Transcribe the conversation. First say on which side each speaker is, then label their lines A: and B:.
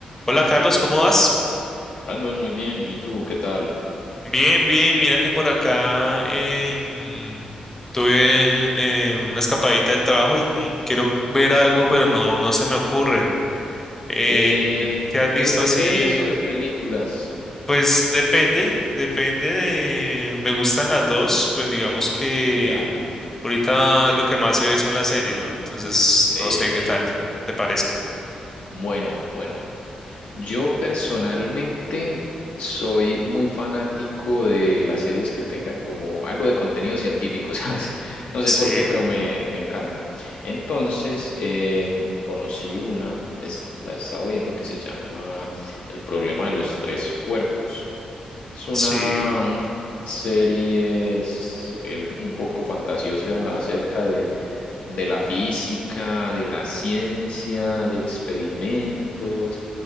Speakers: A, on the left; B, on the left.
A: Hola Carlos, ¿cómo vas?
B: Brandon, muy bien. ¿Y tú, qué tal?
A: Bien, bien, mira que por acá em, tuve eh, una escapadita del trabajo y como quiero ver algo, pero no, no se me ocurre. Eh,
B: Eh,
A: ¿qué has visto
B: ¿eres de
A: así?
B: series o de películas?
A: Pues depende, depende de... Me gustan las dos, pues digamos que
B: Ya,
A: ahorita lo que más se ve son las series, ¿no? Entonces,
B: sí.
A: no sé qué tal te parezca.
B: Bueno, bueno. Yo personalmente soy muy fanático de las series que tengan como algo de contenido científico, <laughs> ¿sabes? No sé
A: Sí,
B: por qué, pero me, me encanta. Entonces, eh, conocí una, es- la he estado viendo, que se llama El problema de los tres cuerpos. Es una
A: sí.
B: serie s- eh, un poco fantasiosa acerca de, de la física, de la ciencia, de experimentos